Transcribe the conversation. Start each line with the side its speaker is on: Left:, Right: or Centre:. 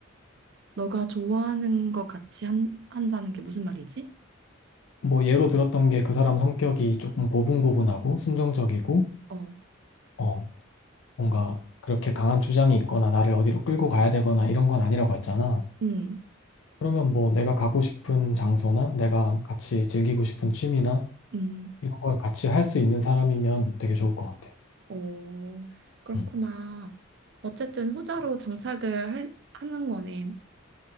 Right: 너가 좋아하는 거 같이 한, 한다는 게 무슨 말이지?
Left: 뭐 예로 들었던 게 그 사람 성격이 조금 고분고분하고 순정적이고,
Right: 어,
Left: 어, 뭔가 그렇게 강한 주장이 있거나 나를 어디로 끌고 가야 되거나 이런 건 아니라고 했잖아.
Right: 음,
Left: 그러면 뭐 내가 가고 싶은 장소나 내가 같이 즐기고 싶은 취미나
Right: 음,
Left: 이런 걸 같이 할 수 있는 사람이면 되게 좋을 것 같아.
Right: 어, 그렇구나.
Left: 음.
Right: 어쨌든 후자로 정착을 할, 하는 거네.